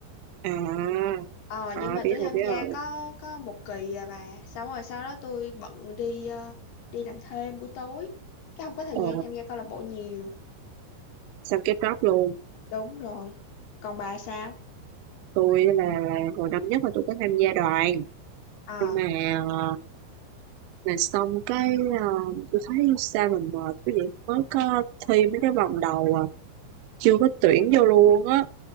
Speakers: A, on the right (about 80°); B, on the left (about 60°).
A: à
B: Ờ
A: à
B: nhưng mà
A: biết
B: tôi tham
A: rồi biết
B: gia
A: rồi
B: có có một kỳ à bà Xong rồi sau đó tôi bận đi ờ, đi làm thêm buổi tối Cái không có thời
A: ờ
B: gian tham gia câu lạc bộ nhiều
A: xong cái drop luôn
B: Đúng rồi Còn bà sao?
A: tôi là, là hồi năm nhất là tôi có tham gia đoàn
B: à
A: nhưng mà ờ, mà xong cái ờ, tôi thấy sao mình mệt cái vậy mới có thi mấy cái vòng đầu à chưa có tuyển vô luôn á